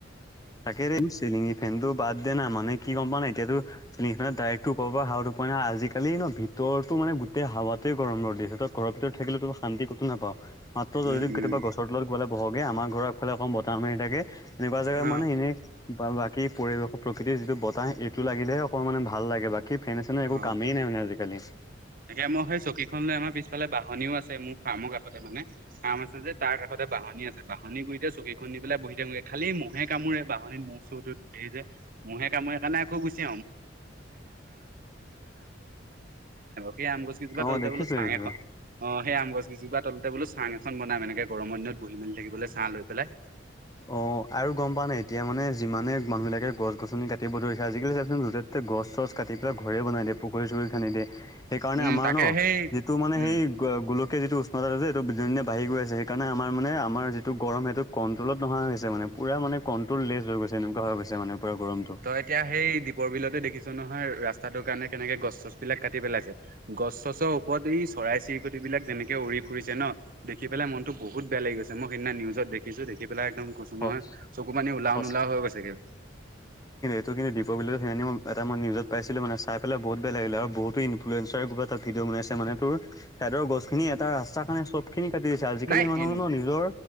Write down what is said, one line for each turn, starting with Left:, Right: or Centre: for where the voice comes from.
Left: তাকেৰে চিলিং ফেনটো বাদ দে না, মানে কি গম পা নাই এতিয়াতো চি নানে ডাইৰেক্টো ওপৰ পৰা হাৱাতো পৰে নাই, আজিকালি ন ভিতৰত মানে গোটেই হাৱাটোৱে গৰম দিছে। তই ঘৰভিতৰত থাকিলে তো শান্তি কতো নাপাওঁ। মাত্ৰ
Right: উম
Left: যদি
Right: উম
Left: কেতিয়াবা গছৰ তলত কেতিয়াবা বহগে আমাৰ ঘৰৰ আগফালে অকমান বতাহ মাৰি থাকে এনে
Right: অ
Left: মানে এনে বা বাকী পৰিবেশৰ প্ৰকৃতিৰ যিটো বতাহ, এইটো লাগিলেহে সেই ফেন চেনৰ একো
Right: অ
Left: কামেই নাই মানে আজিকালি।
Right: তাকে মই সেই চকীখন লৈ আমাৰ পিছফালে বাহনীও আছে, মোৰ ফাৰ্মৰ কাষতে মানে ফাৰ্ম আছে যে তাৰ কাষতে বাঁহনি আছে। বাঁহনি গোৰিতে চকীখন দি পেলাই বহি থাকোগে। খালি মহে কামুৰে বাঁহনিত মহ চুৰ বোৰ ধেৰ যে। মহে কামুৰে কাৰণে আকৌ গুচি সেই আম গছ কেইজোপা
Left: অ
Right: তলতে
Left: দেখিছো
Right: বোলো চাং
Left: এইটো।
Right: এখন অ সেই আম গছ কেইজোপা তল বলো চাং এখন বনাম এনেকে গৰমৰ দিনত বহি মেলি থাকিবলৈ ছাঁ লৈ পেলাই।
Left: অ। অ, আৰু গম পাৱ নাই, এতিয়া মানে যিমান মানুহবিলাকে গছ-গছনি কাটিব ধৰিছে আজিকালি চাবিচোন য'তে ততে গছ-চছ কাটি পেলাই ঘৰে বনাই দিয়ে। পুখুৰী- চুখুৰী খানি দিয়ে। সেইকাৰণে
Right: উম
Left: আমাৰ
Right: তাকে
Left: ন,
Right: সেই
Left: যিটো মানে
Right: উম
Left: সেই গোলকীয়া যিটো উষ্ণতাছে এইটো দিনে দিনে বাঢ়ি গৈ আছে। সেইকাৰণে আমাৰ মানে আমাৰ যিটো গৰম সেইটো ক লত নহোৱা হৈছে মানে পূৰা মানে কণ্ট্ৰল লেজ হৈ গৈছে এনেকুৱা হৈছে মানে পুৰা গৰমটো
Right: তই এতিয়া সেই দ্বীপৰ বিলতে দেখিছ। নহয় ৰাস্তাটোৰ কাৰণে কেনেকে গছ-চছ বিলাক কাটি পেলাইছে। গছ-চচৰ ওপৰত এই চৰাই- চিৰিকটি বিলাক যেনেকে উৰি ফুৰিছে ন দেখি পেলাই মনত বহুত বেয়া লাগিছে। মই সেইদিনা নিউজত দেখিছো। দেখি বিলাক একদম কৈছো
Left: সচ
Right: নহয় চকু পানী ওলাও-
Left: সচ
Right: নোলাও হৈ গৈছেগে।
Left: কিন্ত দ্বীপৰ বিলত সেই এটা মই নিউজত পাইছিলো মানে চাই পেলে বহুত বেয়া লাগিল আৰু বহুত ইনফ্ৱেঞ্চাৰ এটা ভিডঅ বনাইছে মানে তোৰ চাইদৰ গছখিনি এটা ৰাস্তাৰ কাৰণে চব খিনি কাটি দিছে। আজিকালি
Right: নাই
Left: মানুহনৰ
Right: এ-
Left: নিজৰ